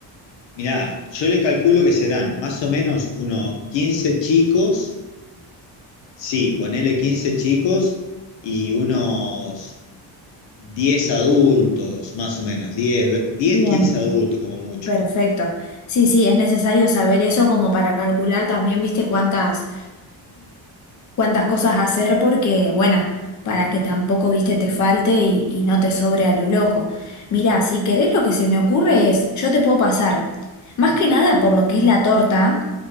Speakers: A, on the left; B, on the left.
A: Mirá, yo le calculo que serán más o menos unos quince chicos. Sí, ponele 15 chicos y unos 10 adultos, más o menos, diez ve- 10,
B: Bien,
A: 15 adultos como mucho,
B: perfecto. Sí, sí, es necesario saber eso como para calcular también, viste, cuántas cuántas cosas hacer porque, bueno, para que tampoco, viste, te falte y, y no te sobre a lo loco. Mirá, si querés lo que se me ocurre es, yo te puedo pasar, más que nada por lo que es la torta,